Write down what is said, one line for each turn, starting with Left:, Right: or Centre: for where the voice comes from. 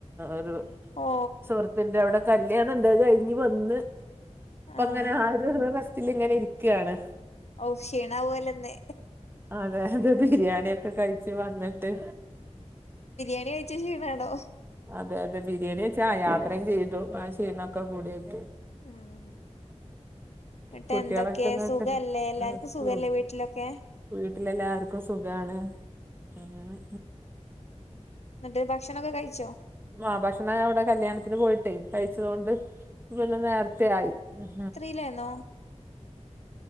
Right: ഒരു
Left: ഓ
Right: സുഹൃത്തിന്റെ അവടെ കല്യാണം ഇണ്ടായിരുന്നു അത് കഴിഞ്ഞ് വന്ന് ഇപ്പ
Left: ആഹ്
Right: അങ്ങനെ ആ ഒര് ഇങ്ങനെ റെസ്റ്റിലിങ്ങനെ ഇരിക്കാണ്.
Left: ഔ ക്ഷീണ ആവൊല്ലൊ ഇന്ന്
Right: അതെ അതെ ബിരിയാണിയൊക്കെ കഴിച്ചു വന്നിട്ട്
Left: പണി കയ്ച്ച ക്ഷീണാണോ
Right: അതെ അതെ ബിരിയാണി വെച്ചാ യാത്രയും ചെയ്തു. ആ ക്ഷീണൊക്കെ കൂടിയായിട്ട്
Left: ആന്ന് ഇന്നട്ട്
Right: കുട്ടികളൊക്കെ
Left: എന്തൊക്കേ
Right: എന്നിട്ട്
Left: സുഖല്ലേ. എല്ലാർക്കും
Right: ആ സുഖ
Left: സുഖെല്ലേ വീട്ടിലൊക്കെ
Right: വീട്ടിലെല്ലാർക്കും സുഖാണ് ആഹ്
Left: എന്നിട്ട് ഭക്ഷണൊക്കെ കഴിച്ചോ
Right: മാ ഭക്ഷണം ഞാ ഇവിടെ കല്യാണത്തിന് പോയിട്ടെ കഴിച്ചതോണ്ടെ ഒര് കൊല്ലം നേര്ത്തെ ആയി ഉം
Left: ഇല്ലേന്നോ